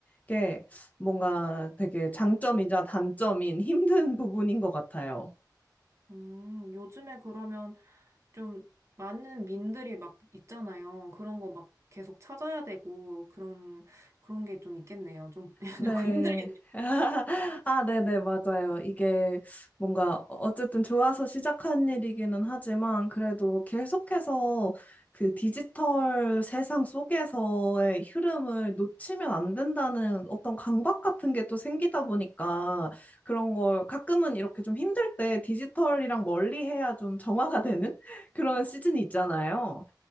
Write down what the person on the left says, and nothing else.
게 뭔가 되게 장점이자 단점인 힘든 부분인 것 같아요.
네.
<laughs> 아, 네네, 맞아요. 이게 뭔가 어쨌든 좋아서 시작한 일이기는 하지만 그래도 계속해서 그 디지털 세상 속에서의 흐름을 놓치면 안 된다는 어떤 강박 같은 게 또 생기다 보니까 그런 걸 가끔은 이렇게 좀 힘들 때 디지털이랑 멀리 해야 좀 정화가 되는 <laughs> 그런 시즌이 있잖아요.